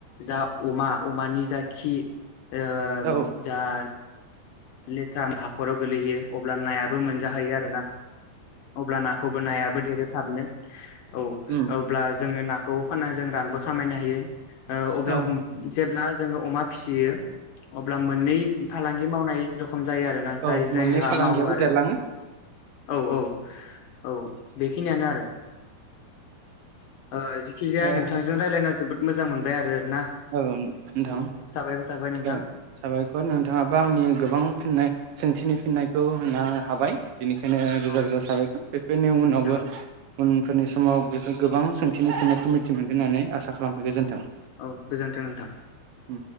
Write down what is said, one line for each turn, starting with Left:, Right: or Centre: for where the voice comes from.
Left: जा अमा अमानि जा खि। ओ
Right: औ
Left: <unintelligible> <unintelligible> हाखराव गोलैहैयो अब्ला नायाबो मोनजाहैयो आरो ना अब्ला नाखौबो नायाबो देरो थाबनो। औ
Right: उम
Left: अब्ला जोङो ना खौबो फानना जों रांबो खामायनो हायो। ओ अब्ला
Right: औ
Left: जेब्ला जोङो अमा फिसियो अब्ला मोननै फालां गि मावनाय खम जायो आरोना जाय
Right: औ
Left: जायहा
Right: मोननै फालांगियाबो
Left: मावो आरो
Right: देरलाङो
Left: औ औ औ बेखिनियानो आरो ओ जेखिजाया
Right: ओ
Left: नोंथांजों रायलायना जोबोद मोजां मोनबाय आरो ना
Right: औ नोंथां
Left: औ साबायखर थाबाय नोंथां
Right: ओ साबायखर नोंथाङाबो आंनि गोबां फिननाय सोंथिनि फिननायखौ होनो हाबाय। बेनिखायनो रोजा
Left: औ
Right: रोजा साबायगोन बेफोरनि उनावबो
Left: औ
Right: उनफोरनि समाव बेफोर गोबां सोंथिनि फिननायखौ मिथि मोनगोन होननानै आसा खालामबाय गोजोन्थों।
Left: औ गोजोनथों नोंथां
Right: उम